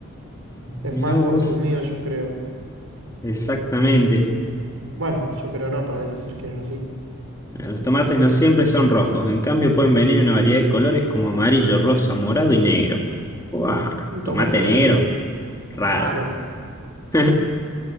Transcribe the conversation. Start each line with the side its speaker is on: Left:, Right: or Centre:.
Right: Es
Left: Mirá
Right: más consumido,
Left: vos,
Right: yo creo.
Left: exactamente.
Right: Bueno, yo creo no, parece ser que es así.
Left: Mira, Los tomates no siempre son rojos, en cambio pueden venir una variedad de colores como amarillo, rosa, morado y negro. ¡Guau!
Right: Un
Left: ¿Tomate
Right: tomate negro,
Left: negro? Raro.
Right: raro.
Left: <laughs>